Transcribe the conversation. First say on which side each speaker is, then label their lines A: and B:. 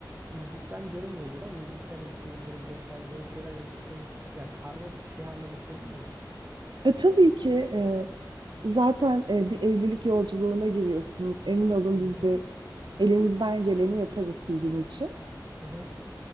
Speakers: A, on the right (about 20°); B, on the right (about 75°).
A: müzisyen görünmüyor burada ama müzisyen ekleyebiliriz vesaire böyle şeyler değişiklikler gibi yani karma bir şey haline getirebilir miyiz?
B: e, tabii ki e, Zaten e, bir evlilik yolculuğuna giriyorsunuz. Emin olun
A: Hı
B: biz
A: hı,
B: de elimizden geleni yaparız sizin için.
A: hı hı.